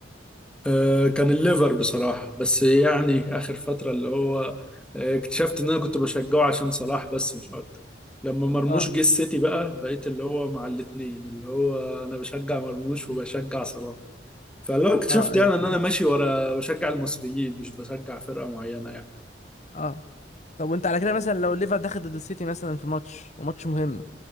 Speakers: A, in the centre; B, on the left.
A: آه، كان الليفر بصراحة بس يعني آخر فترة اللي هو آه، اكتشفت إن أنا كنت بشجعه عشان صلاح بس مش أكتر لما مرموش
B: اه
A: جه السيتي بقى بقيت اللي هو مع الاتنين اللي هو أنا بشجع مرموش وبشجع صلاح فاللي هو اكتشفت
B: اه ايوه
A: يعني
B: فهمت
A: إن أنا ماشي ورا بشجع المصريين مش بشجع فرقة معينة يعني
B: اه طب وانت على كده مثلا لو الليفر دخل ضد السيتي مثلا في ماتش وماتش مهم